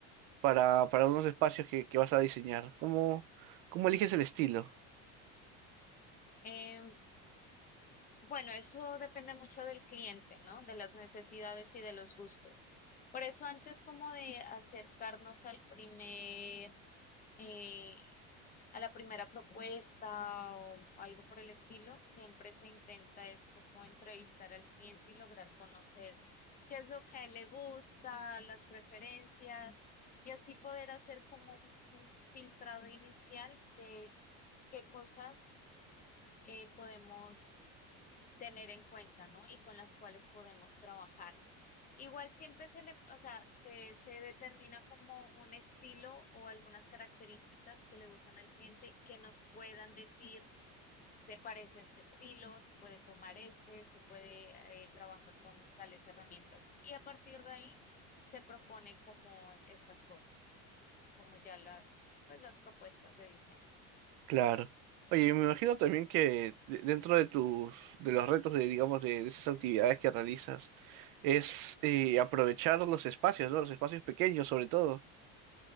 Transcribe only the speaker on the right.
para, para unos espacios que, que vas a diseñar. ¿Cómo, cómo eliges el estilo?
Claro. Oye, me imagino también que de- dentro de tus, de los retos de, digamos, de, de esas actividades que realizas, es eh, aprovechar los espacios, ¿no? Los espacios pequeños, sobre todo.